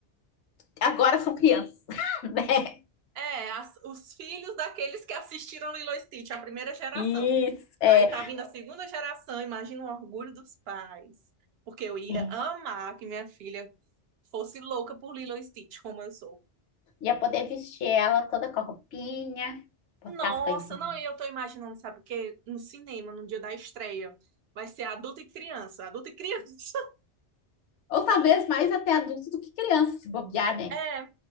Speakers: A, on the left (about 80°); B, on the right (about 65°).
A: agora são crianças, <laughs> né?
B: É, as- os filhos daqueles que assistiram Lilo e Stitch, a primeira geração.
A: Isso, é.
B: Aí tá vindo a segunda geração, imagina o orgulho dos pais. Porque eu ia
A: É.
B: amar que minha filha fosse louca por Lilo e Stitch, como eu sou.
A: Ia poder vestir ela toda com a roupinha, botar
B: Nossa,
A: as coisinhas
B: não, e eu tô imaginando, sabe o quê? No cinema, no dia da estreia. Vai ser adulto e criança, adulto e criança. <laughs>
A: Ou talvez mais até adulto do que criança, se bobear, né?
B: É,